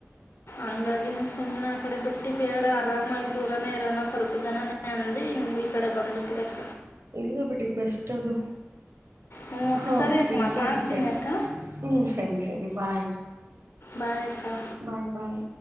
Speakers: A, on the left (about 60°); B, on the right (about 65°).
A: ಅಂಗಾಗಿನ ಸುಮ್ಮ್ನೆ ಸುಮ್ನೆ ಆ ಕಡೆ ಬಿಟ್ಟ ಬೇಡ ಆರಾಮಾಗಿ ದೂರನೇ ಇರೋಣ ಸ್ವಲ್ಪ ಜನಾನೆ ಅಂದಿ? ಈ ಕಡೆ ಬಂದುಟ್ಟವಿ ಯಾಕ್
B: ಇಲ್ಲ ಬಿಡಿ ಬೆಸ್ಟ್ ಅದು
A: ಹ್ಞೂ ಅಕ್ಕ
B: ಹಾ
A: ಸರಿ
B: ಅಪ್ಪಿ
A: ಅಕ್ಕ
B: ಸರಿ
A: ಮಾಡ್ತೀನಿ
B: ಸರಿ
A: ಅಕ್ಕ
B: ಹ್ಮ್ ಸರಿ ಸರಿ ಬಾಯ್
A: ಬಾಯ ಅಕ್ಕಾ.
B: ಬಾಯ್ ಬಾಯ್